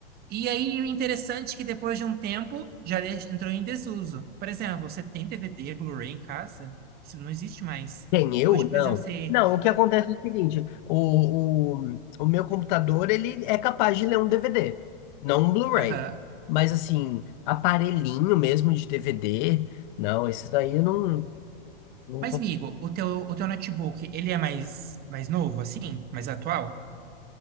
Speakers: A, on the right; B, on the left.
A: E aí, o interessante é que depois de um tempo, já de- entrou em desuso. Por exemplo, você tem D V D Blu-ray em casa? Isso não existe mais.
B: Quem, eu?
A: Hoje, por
B: Não.
A: exemplo, você...
B: Não, o que acontece é o seguinte, o, o, o meu computador, ele é capaz de ler um DVD, não um Blu-ray.
A: Aham.
B: Mas, assim, aparelhinho mesmo de DVD, não, esse daí eu não, não...
A: Mas,
B: co-
A: amigo, o teu, o teu notebook, ele é mais, mais novo, assim? Mais atual?